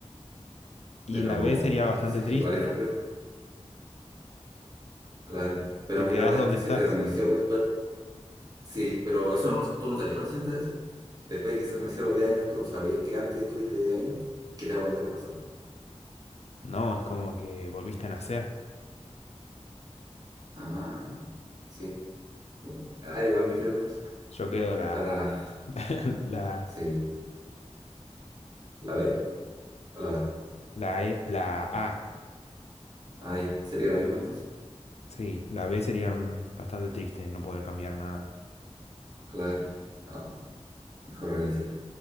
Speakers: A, on the left; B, on the right.
A: y
B: pero
A: la B sería bastante
B: no sé,
A: triste.
B: <laughs> igual es complejo, claro. Pero
A: Te
B: mira,
A: quedás
B: una
A: donde
B: vez que se
A: estás.
B: te reinició, Sí, pero eso no, tú no estarías consciente de eso. Después de que se reiniciaron los de años, tú no sabías que antes estuviste de años, que te va a volver a pasar.
A: No, es como que volviste a nacer.
B: Ah, sí. Mm, Ah, igual me quedo con eso.
A: Yo quedo la,
B: Para,
A: <laughs> la,
B: sí, ¿la B o la A?
A: la E, la A.
B: Ah, ya. ¿Sería la misma entonces?
A: Sí, la B sería mm, bastante triste no poder cambiar nada.
B: Claro. No, mejor reiniciar.